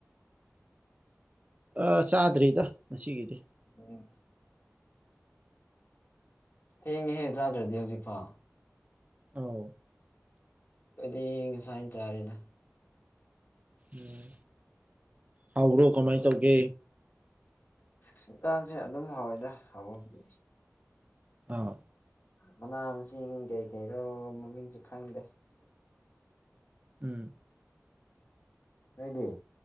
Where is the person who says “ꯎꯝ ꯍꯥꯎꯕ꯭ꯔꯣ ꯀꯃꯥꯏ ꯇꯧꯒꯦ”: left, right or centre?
Right